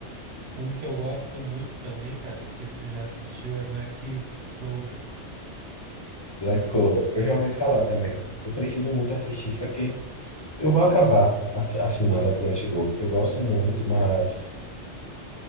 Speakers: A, on the right; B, on the left.
A: um que eu gosto muito também, cara. Não sei se tu já assistiu, é Black Clover.
B: Black Clover, eu já ouvi falar também. Eu preciso muito assistir isso aqui. Eu vou acabar ass- assinando a Crunchyroll, porque eu gosto muito, mas